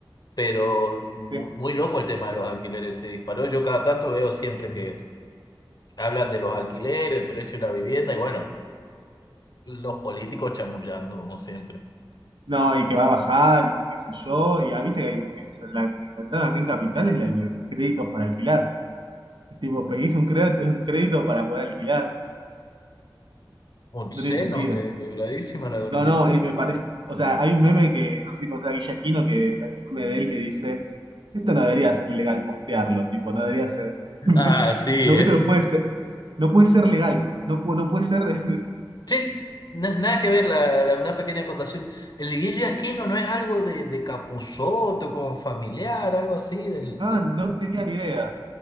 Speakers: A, on the left; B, on the right.
A: pero muy,
B: es-
A: muy loco el tema de los alquileres, se disparó. Yo cada tanto veo siempre que hablan de los alquileres, el precio de la vivienda y bueno, los políticos chamullando, como siempre.
B: No, y que va a bajar, y que qué sé yo. Y ah, viste que, hay- que es la que inventaron aquí en Capital es la de los créditos para alquilar. Es Tipo, pedís un crédito, un crédito para poder alquilar.
A: Obsceno,
B: No tiene sentido.
A: que, quebradísima la economía.
B: No, no, eh, me parece. O sea, hay un meme que, no sé si conoces a Guille Aquino, que hay un meme de él que dice: Esto no debería ser legal postearlo, tipo, no debería ser. <laughs>
A: Ah, sí,
B: No,
A: es,
B: esto no puede ser. No puede ser legal. No, pu- no puede ser. <laughs>
A: Sí, na- nada que ver, la, la- una pequeña acotación. El guille Aquino no es algo de, de Capusotto, como familiar, algo así. Del,
B: Ah,
A: del-
B: no tenía ni idea.